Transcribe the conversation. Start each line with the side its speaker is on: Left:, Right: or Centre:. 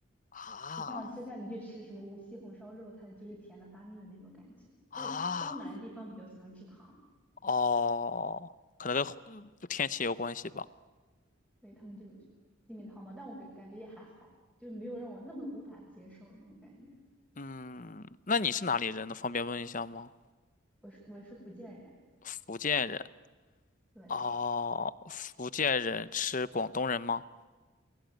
Left: 啊
Centre: 就像就像你去吃什么无锡红烧肉，它就是甜的发腻的那种感觉。
Left: 啊
Centre: 就江南地方比较喜欢吃糖，
Left: 哦，可能跟后天气有关系吧。
Centre: 对他们这种鸡米汤吧，但我感感觉也还好，就没有让我那么无法接受那种感觉。
Left: 嗯，那你是哪里人呢？方便问一下吗？
Centre: 我是我是福建人，
Left: 福建人。
Centre: 对，
Left: 哦，福建人吃广东人吗？